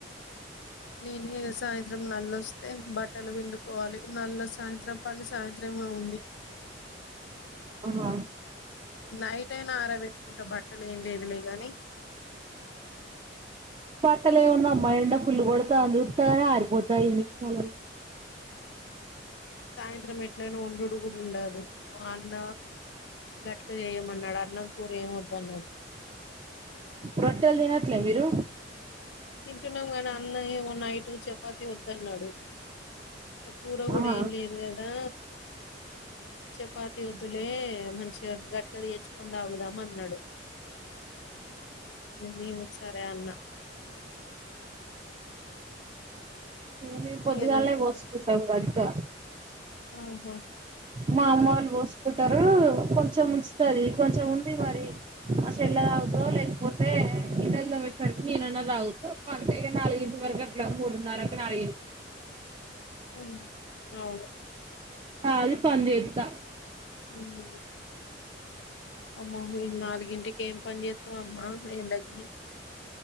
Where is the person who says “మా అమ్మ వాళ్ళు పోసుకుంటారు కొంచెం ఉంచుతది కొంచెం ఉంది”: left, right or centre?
Right